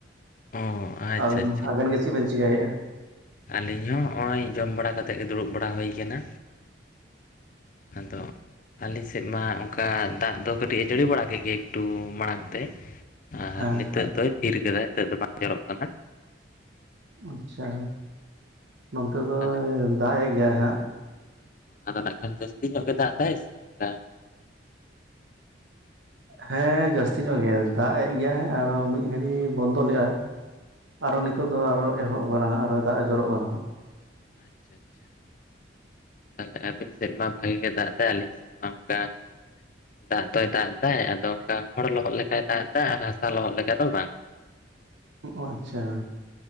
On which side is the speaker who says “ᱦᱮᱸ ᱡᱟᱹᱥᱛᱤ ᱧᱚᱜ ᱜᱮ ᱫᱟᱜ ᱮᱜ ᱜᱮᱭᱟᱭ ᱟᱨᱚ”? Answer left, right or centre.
Right